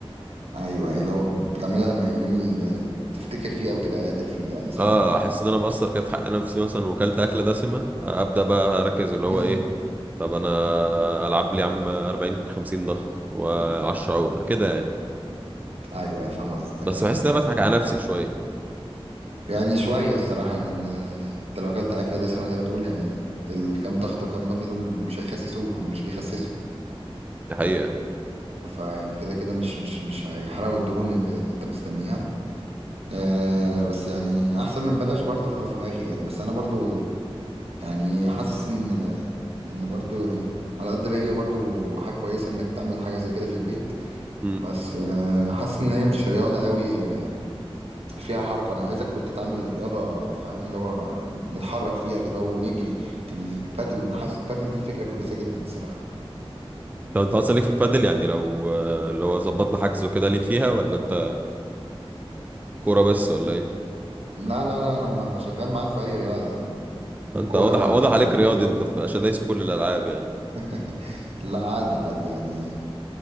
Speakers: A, on the right; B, on the right.
A: ايوه ايوه لو بتعملها لما يوم اللي تفتكر فيه او تبقى قادر فيه يعني صح
B: اه أحس إن أنا مقصر كده في حق نفسي مثلا وكلت أكلة دسمة أبدأ بقى أركز اللي هو
A: <laughs>
B: إيه طب أنا ألعب لي يا عم 40 50 ضغط و10 عقلة كده يعني
A: ايوه فاهم قصدك
B: بس
A: يعني
B: بحس إن أنا بضحك على نفسي شوية
A: يعني شويه الصراحه لان انت لو اكلت اكله دسمه زي ما بتقول يعني الكام ضغط وكام بطن دول مش هيخسسوك هما مش بيخسسوا
B: دي حقيقة
A: فيعني كده كده مش مش مش هيحرقوا الدهون اللي, اللي انت مستنيها أه بس يعني احسن من بلاش برضه في الاول وفي الاخر يعني بس انا برضه يعني حاسس ان ان برضه يعني على قد ما هي برضه حاجه كويسه انك تعمل حاجه زي كده في البيت
B: امم
A: بس آه، حاسس ان هي مش رياضه قوي آه، فيها حركه انا عايزك كنت تعمل رياضه فاهم اللي هو نتحرك فيها كده ونجري يعني البادل حاسس البادل دي فكره كويسه جدا الصراحه
B: طب أنت أصلا ليك في البادل يعني لو اللي هو ظبطنا حجز وكده ليك فيها ولا أنت كورة بس ولا إيه؟
A: لا لا لا انا ما شغال معاك في اي رياضه يعني
B: أنت
A: كوره
B: واضح
A: بقى
B: واضح
A: بادل
B: عليك رياضي أنت في- عشان دايس في كل الألعاب يعني
A: <laughs> لا عادي عادي يعني